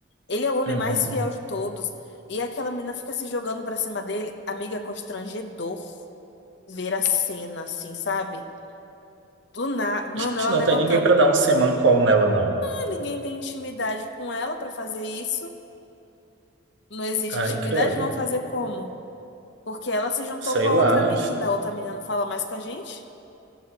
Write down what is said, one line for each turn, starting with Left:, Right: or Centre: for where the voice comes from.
Left: Ele é o homem
Right: Uhum.
Left: mais fiel de todos. E aquela menina fica se jogando pra cima dele. Amiga, é constrangedor ver a cena, assim, sabe? Do nada, mano,
Right: Gente,
Left: ela
Right: não
Left: levantando.
Right: tem ninguém pra dar um semancol nela, não.
Left: Ah, ninguém tem intimidade com ela pra fazer isso. Não existe
Right: Ai,
Left: intimidade,
Right: credo.
Left: vão fazer como? Porque ela se juntou
Right: Sei
Left: com a
Right: lá.
Left: outra menina. A outra menina não fala mais com a gente?